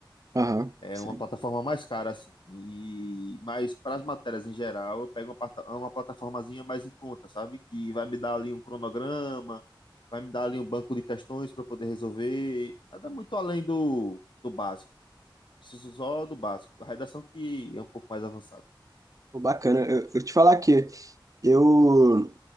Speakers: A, on the right; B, on the left.
A: Aham,
B: É
A: sim.
B: uma plataforma mais cara, assim. E, mas para as matérias em geral, eu pego uma, plata- uma plataformazinha mais em conta, sabe? Que vai me dar ali um cronograma, vai me dar ali um banco de questões para poder resolver. Nada muito além do, do básico. Preciso só do básico. A redação que é um pouco mais avançada.
A: Pô, Bacana. Eu, eu te falar que Eu,